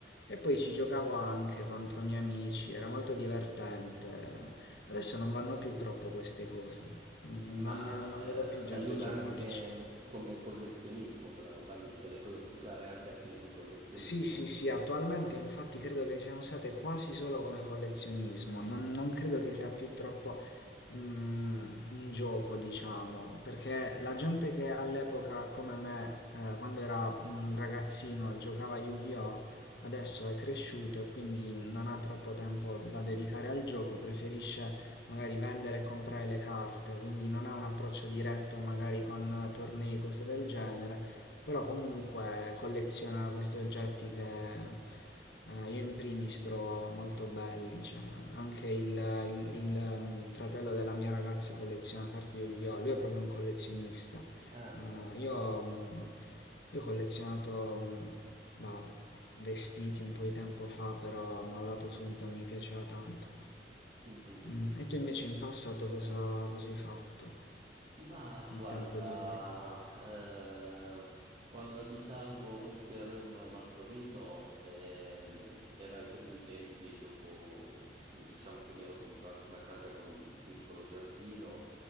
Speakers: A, on the left (about 65°); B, on the right (about 35°).
A: e poi ci giocavo anche contro miei amici, era molto divertente. Adesso non vanno più troppo queste cose, non,
B: <laughs> Ma
A: non vedo più gente
B: ti aiuta
A: giocarci.
B: anche come collezionismo quella roba lì, cioè le puoi usare anche a fine di collezionismo.
A: Sì, sì, sì, attualmente infatti credo che siano usate quasi solo come collezionismo, non, non credo che sia più troppo mm, un gioco, diciamo, perché la gente che all'epoca come me, eh, quando era un ragazzino, giocava a Yu-Gi-Oh! adesso è cresciuto e quindi non ha troppo tempo da dedicare al gioco, preferisce magari vendere e comprare le carte, quindi non ha un approccio diretto magari con eh, tornei, cose del genere però comunque colleziona questi oggetti che eh, io in primis trovo molto belli, cioè anche il,
B: Ah,
A: il- il, ehm, fratello della mia ragazza colleziona carte Yu-Gi-Oh! Lui è proprio un collezionista.
B: ah,
A: Eh,
B: ah. ah.
A: io, mm, io ho collezionato mm, bah, vestiti un po' di tempo fa, però mi ho dato subito e mi piaceva tanto.
B: Mm, mm, mm,
A: Mm,
B: mm,
A: e
B: mm.
A: tu invece in passato cosa, cosa hai fatto
B: Ma
A: nel
B: guarda,
A: tempo libero?
B: eh, quando abitavo non qui a Roma ma a Torino, ehm, era ai primi tempi dopo, diciamo che mi ero comprato una casa con un piccolo giardino,